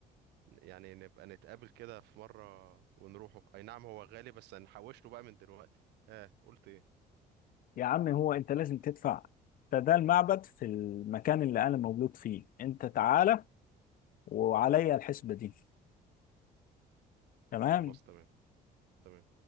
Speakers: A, on the right (about 85°); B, on the left (about 55°).
A: يعني نبقى نتقابل كده في مرة ونروحوا اي نعم هو غالي بس هنحوش له بقى من دلوقتي ها قلت ايه
B: يا عم هو انت لازم تدفع ده ده المعبد في المكان اللي انا مولود فيه انت تعالى وعليا الحسبة دي تمام
A: خلاص تمام تمام